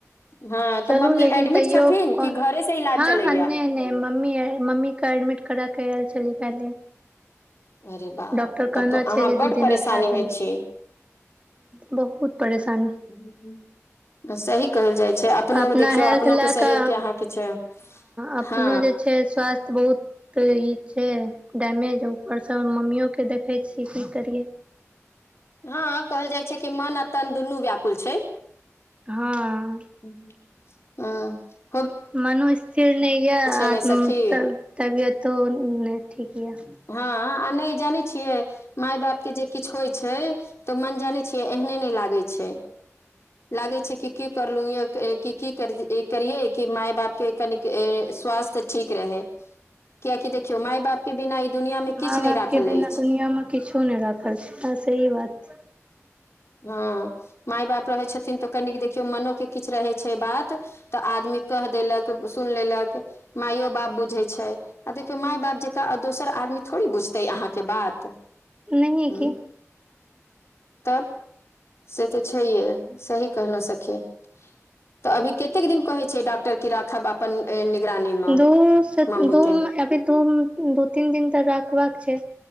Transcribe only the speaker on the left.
हँ
तऽ मम्मी
एडमिट
छथिन कि
घरे से इलाज
चलैया
अरे बा
तब
तऽ अहाँ
बड्ड
परेशानी
मे
छी
ह ह <unintelligible> सही कहल जाई छै अपनो
देखियौ
अपनोके
शरीरके
अहाँके छै
हँ
हँ कहल जाई छै कि मन आर तन दुनू व्याकुल छै
हँ हुँ
ने सखी
हँ आ नहि जानै छियै माय बाप के जे किछ होइ छै तऽ मन जानै छियै एहने नहि लागै छै लागे छै कि की करलू य क की कर करिये कि माय बाप के कनिक स्वास्थ्य ठीक रहै कियाकि देखियौ माय बापके बिना ई दुनिआँमे
किछ
नहि राखल
अछि
हँ माय बाप रहै छथिन तऽ कनिक देखियौ मनोके किछ रहै छै बात तऽ आदमी कह देलक सुन लेलक मायो बाप बुझै छै आ देखियौ माय बाप जेका दोसर आदमी थोड़ी बुझतै अहाँके बात
ह
तब से तऽ छैहे सही कहलहुँ सखी तऽ अभी कतेक दिन कहै छै डॉक्टर की राखब अपन निगरानी मे
मम्मी
के